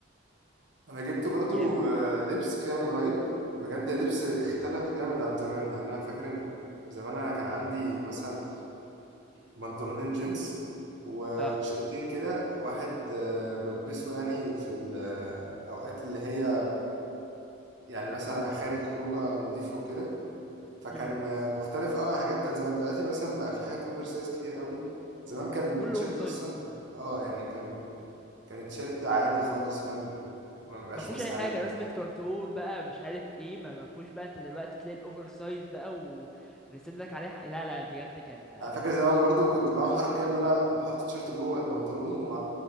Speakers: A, on the right; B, in the centre.
A: انا جبت
B: كان
A: برضو
B: جامد
A: آه، لبس كده من قريب بجد لبس اختلف جامد عن زمان يعني انا فاكر إن زمان انا كان عندي مثلا بنطلونين جينز وتيشيرتين
B: اه
A: كده واحد آه، بلبسه يعني في الأوقات اللي هي يعني مثلا خارج خروجه نضيفه وكده فكان
B: م- م.
A: آه، مختلف قوي عن حاجات بتاعت زمان دلوقتي مثلا بقى في حاجات اوفر سايز كتير قوي زمان كان
B: كله
A: تيشيرت
B: اوفر سايز
A: اصلا اه يعني كان كان تيشيرت عادي خالص فاهم ما بيبقاش
B: ما فيهوش
A: واسع
B: اي
A: عليك
B: حاجه رسمه
A: ولا حاجه
B: كرتون بقى مش عارف ايه ما ما فيهوش بقى انت دلوقتي تلاقي الاوفر سايز بقى ورسم لك عليه ح- لا لا بجد كان
A: انا فاكر زمان برضو كنت بعمل حركه ان انا بحط تيشيرت جوه البنطلون و...